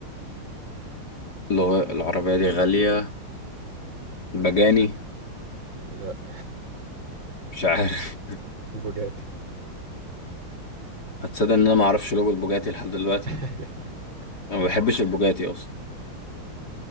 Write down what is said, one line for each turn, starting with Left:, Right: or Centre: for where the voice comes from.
Left: لو العربية دي غالية بجاني
Right: لا
Left: مش عارف
Right: بوجاتي
Left: <laughs> هتصدق ان انا معرفش لوجو البوجاتي لحد دلوقتي
Right: <laughs>
Left: انا ما بحبش البوجاتي اصلا